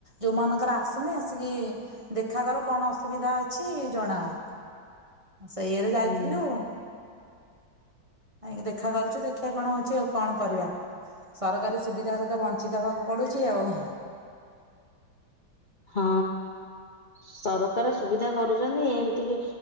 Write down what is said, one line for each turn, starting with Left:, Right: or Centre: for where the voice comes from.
Right: ଯୋଉମାନଙ୍କର ଆସୁନି ଆସିକି ଦେଖା କର କଣ ଅସୁବିଧା ଅଛି ଜଣାଅ ସେଇୟରେ ଯାଇଥିଲୁ
Left: ହୁଁ
Right: ଆାଇକ ଦେଖା କରିଛୁ ଦେଖିବା କଣ ହଉଛି ଆଉ କଣ କରିବା ସରକାରୀ ସୁବିଧାାରୁ ତ ବଞ୍ଚିତ ହବାକୁ ପଡୁଛି ଆଉ
Left: ହଁ ସରକାର ସୁବିଧା କରୁଛନ୍ତି ଏମିତି କି